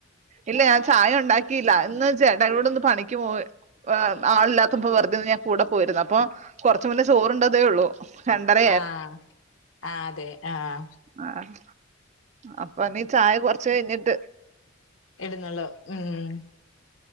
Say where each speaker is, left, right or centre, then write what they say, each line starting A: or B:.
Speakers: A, on the right; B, on the left.
A: ഇല്ല ഞാൻ ചായ ഉണ്ടാക്കിയില്ല ഇന്ന് ചേട്ടായൂടൊന്ന് പണിക്ക് പോയി ആളില്ലാത്ത്പ്പൊ വെറുതൊന്ന് ഞാൻ കൂടെ പോയിരുന്നു അപ്പൊ കൊറച്ചു മുന്നേ ചോറുണ്ടതേയുള്ളൂ രണ്ടര
B: ആഹ് ആഹ് അതെ ആഹ്
A: ആഹ് അപ്പൊ ഇനീ ചായ കൊറച്ച് കഴിഞ്ഞിട്ട്
B: ഇടുന്നുള്ളു ഉം